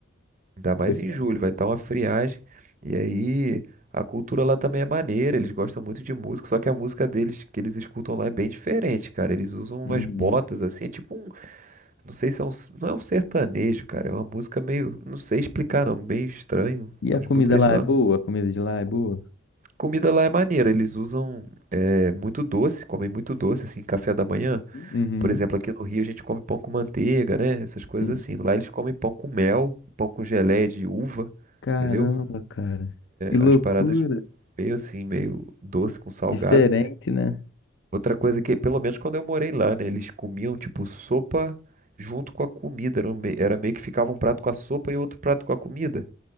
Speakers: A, on the right (about 35°); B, on the left (about 55°).
A: Ainda mais
B: Gostamos.
A: em julho, vai estar uma friagem. E aí a cultura lá também é maneira, eles gostam muito de música, só que a música deles que eles escutam lá é bem diferente, cara. Eles usam umas
B: Uhum.
A: botas assim, é tipo um, não sei se é um, não é um sertanejo, cara, é uma música meio, não sei explicar, não, bem estranho.
B: E
A: As
B: a comida
A: músicas
B: lá
A: de lá.
B: é boa? A comida de lá é boa?
A: Comida lá é maneira, eles usam é, muito doce, comem muito doce, assim, café da manhã.
B: Uhum.
A: Por exemplo, aqui no Rio a gente come pão com manteiga, né? Essas coisas
B: Uhum.
A: assim. Lá eles comem pão com mel, pão com geleia de uva,
B: Caramba,
A: entendeu?
B: cara. Que loucura.
A: umas paradas meio assim, meio doce com salgado.
B: Diferente, né?
A: Outra coisa que, pelo menos quando eu morei lá, né, eles comiam tipo sopa junto com a comida. Era, um me- era meio que ficava um prato com a sopa e outro prato com a comida.